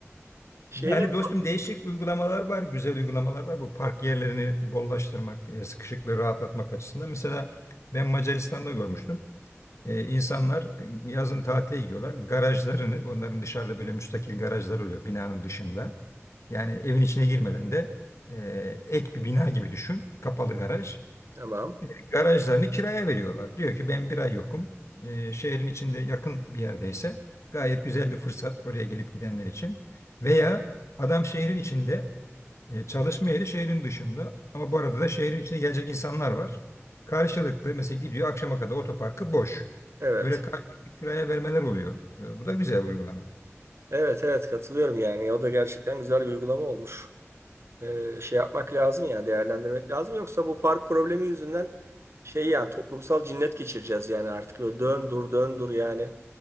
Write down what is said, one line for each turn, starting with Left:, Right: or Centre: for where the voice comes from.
Right: <laughs> Şeyler
Left: Yani dostum değişik uygulamalar var, güzel uygulamalar var. Bu park yerlerini bollaştırmak, e, sıkışıklığı rahatlatmak açısından. Mesela ben Macaristan'da görmüştüm. Ee, insanlar e, yazın tatile gidiyorlar. Garajlarını, onların dışarıda böyle müstakil garajlar oluyor binanın dışında. Yani evin içine girmeden de e, ek bir bina gibi düşün, kapalı garaj.
Right: tamam
Left: E, garajlarını kiraya veriyorlar. Diyor ki ben bir ay yokum. E, şehrin içinde yakın bir yerdeyse gayet güzel bir fırsat oraya gelip gidenler için. Veya adam şehrin içinde e, çalışma yeri şehrin dışında ama bu arada da şehrin içine gelecek insanlar var. Karşılıklı mesela gidiyor akşama kadar otoparkı boş.
Right: evet
Left: Böyle karşılıklı kiraya vermeler oluyor. E, bu da güzel bir uygulama.
Right: evet evet katılıyorum yani o da gerçekten güzel bir uygulama olmuş. e, şey yapmak lazım yani değerlendirmek lazım. Yoksa bu park problemi yüzünden şey yani toplumsal cinnet geçireceğiz yani artık böyle dön dur dön dur yani.